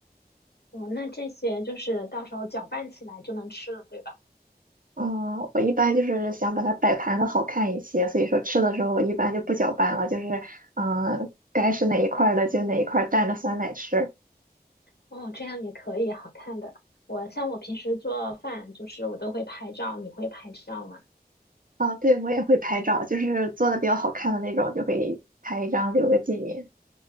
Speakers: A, on the left; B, on the right.
A: 哦，那这些就是到时候搅拌起来就能吃了，对吧？
B: 嗯，我一般就是想把它摆盘的好看一些，所以说吃的时候我一般就不搅拌了，就是嗯、该是哪一块儿的就哪一块儿蘸着酸奶吃。
A: 哦，这样也可以，好看的。我像我平时做饭，就是我都会拍照，你会拍照吗？
B: 啊，对，我也会拍照，就是做的比较好看的那种，就会拍一张留个纪念。